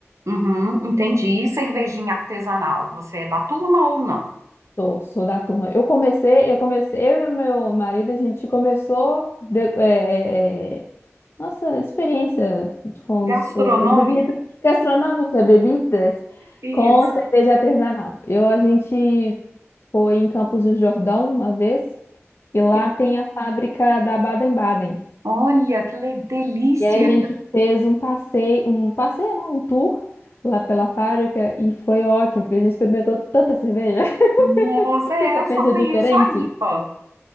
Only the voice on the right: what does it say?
uhum, entendi. E cervejinha artesanal, você é da turma ou não?
Gastronômica?
Isso.
Que-
olha, que le- delícia.
Nossa,
é,
eu só conheço
a IPA.